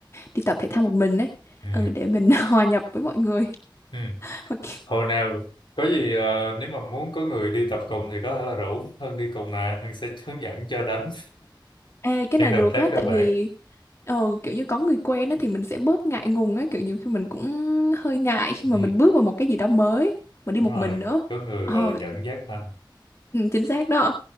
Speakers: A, on the left; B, on the left.
A: đi tập thể thao một mình ấy
B: ừ,
A: ừ để mình <laughs> hòa nhập với mọi người
B: ừ.
A: <laughs> Hoặc-
B: Hồi nào có gì ờ, nếu mà muốn có người đi tập cùng thì có thể là rủ Hân đi cùng nè Hân sẽ hướng dẫn cho đánh
A: Ê, cái
B: những
A: này
B: động
A: được
B: tác
A: á
B: cơ
A: tại
B: bản
A: vì ờ, kiểu như có người quen á thì mình sẽ bớt ngại ngùng á kiểu như khi mình cũng hơi ngại khi
B: ừ,
A: mà mình bước vào một cái gì đó mới mà đi
B: đúng
A: một
B: rồi
A: mình nữa
B: có người
A: Ờ
B: gọi là dẫn dắt ha
A: Ừ, chính xác đó.